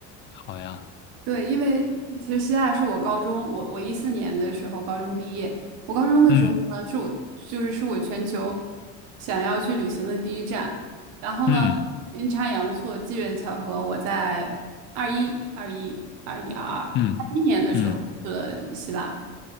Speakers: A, on the left; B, on the right.
A: 好呀，
B: 对，因为其实希腊是我高中，我我一四年的时候高中毕业，我高中的时候呢，
A: 嗯
B: 是我就是是我全球想要去旅行的第一站。然后呢，
A: 嗯
B: 阴差阳错，机缘巧合，我在二一、二一、二一、二二、
A: 嗯嗯
B: 二一年的时候去了希腊，